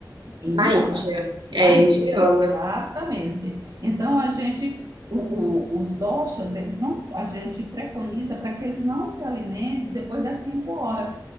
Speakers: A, on the right; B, on the right.
A: Indiana,
B: Na Índia.
A: é
B: É
A: da Índia,
B: indiana.
A: exatamente. Então a gente, o- o- os doshas, eles não, a gente preconiza para que ele não se alimente depois das cinco horas,